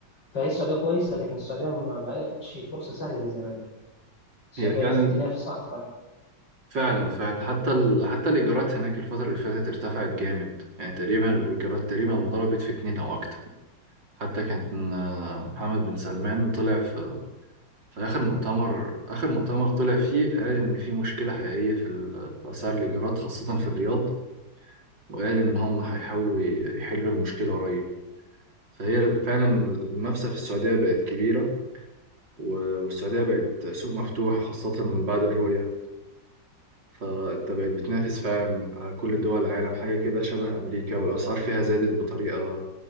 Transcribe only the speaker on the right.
هي فعلا
فعلا فعلا حتى ال... حتى الإيجارات هناك الفترة اللي فاتت ارتفعت جامد يعني تقريبا الإيجارات تقريبا ضربت في اتنين أو أكتر حتى كان آه، محمد بن سلمان طلع في في آخر مؤتمر آخر مؤتمر طلع فيه قال إن في مشكلة حقيقية في, ال... في أسعار الإيجارات خاصة في الرياض وقال إن هم هيحاولوا ي- يحلوا المشكلة قريب فهي فعلا المنافسة في السعودية بقت كبيرة و- والسعودية بقت سوق مفتوح خاصة من بعد الرؤية فأنت بقت بتنافس فعلا من- على كل دول العالم حاجة كده شبه أمريكا والأسعار فيها زادت بطريقة